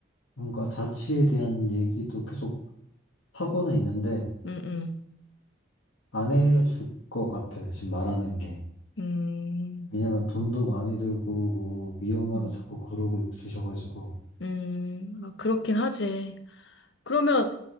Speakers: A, on the left; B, on the left.
A: 뭔가 자취에 대한 얘기도 계속 하고는 있는데
B: 응, 응.
A: 안 해줄 것 같아. 지금 말하는 게.
B: 음,
A: 왜냐면 돈도 많이 들고 뭐 위험하다
B: 음,
A: 자꾸 그러고 있으셔가지고.
B: 음, 아, 그렇긴 하지. 그러면